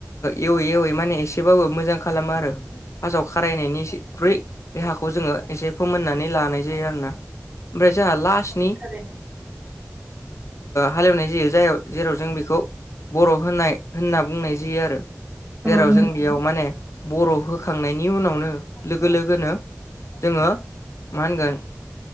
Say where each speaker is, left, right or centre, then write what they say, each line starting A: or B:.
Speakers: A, on the left; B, on the right.
A: एवै एवै माने एसेबाबो मोजां खालामो आरो फार्स्टआव खारायनायनिख्रुइ बे हाखौ जोङो एसे फोमोननानै लानाय जायो आरोोना ओमफ्राय जोंहा लासनि
B: थारैनो
A: हाले एवनाय जायो जाय जेराव जों बेखौ बर' होनाय होनना बुंनाय जायो आरो
B: औ
A: जेराव
B: नंगौ
A: जों बेयाव माने बर' होखांनायनि उनावनो लोगो लोगोनो जोङो मा होनगोन